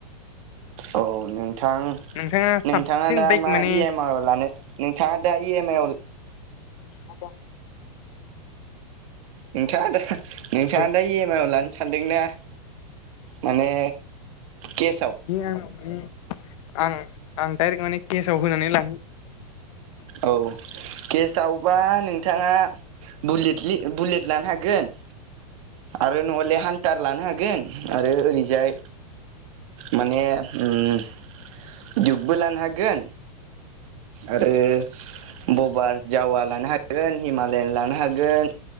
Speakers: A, on the right; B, on the left.
A: औ नोंथां
B: नोंथाङा
A: नोंथाङा
B: साबसिन
A: दा
B: बाइक
A: मा
B: माने
A: इएम आइ लानो नोंथाङा दा इएम आइ आव
B: आदा
A: नोंथाङा दा नोंथाङा
B: बे
A: दा इएम आइ आव लानो सानदोंना माने केसाव
B: बि आंनि माने आं आं दडाइरेक्ट माने केसाव होनानै लानो
A: औ केसावबा नोंथाङा बुलेटलि बुलेट लानो हागोन। आरो नङले हान्थार लानो हागोन। आरो ओरैजाय माने उम डियबबो लानो हागोन। आरो बबार जावा लानो हागोन हिमालयान लानो हा गोन